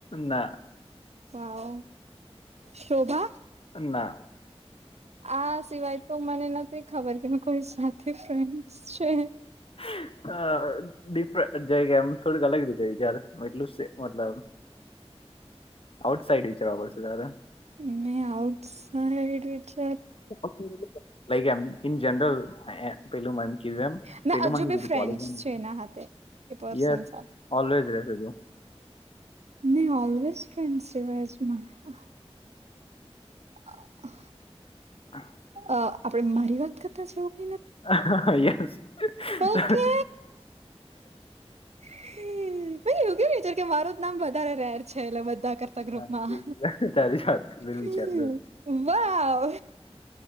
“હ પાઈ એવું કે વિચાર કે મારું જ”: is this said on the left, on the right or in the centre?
Right